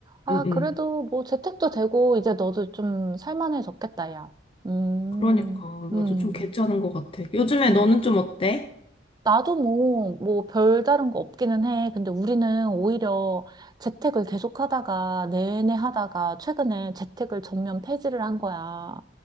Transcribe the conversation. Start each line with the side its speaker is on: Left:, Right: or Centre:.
Right: 아,
Left: 응, 응.
Right: 그래도 뭐 재택도 되고, 이제 너도 좀 살만해졌겠다, 야. 음,
Left: 그러니까
Right: 음,
Left: 맞아. 좀 괜찮은 것 같아. 요즘에
Right: 음.
Left: 너는 좀 어때?
Right: 나도 뭐, 뭐, 별다른 거 없기는 해. 근데 우리는 오히려 재택을 계속 하다가, 내내 하다가, 최근에 재택을 전면 폐지를 한 거야.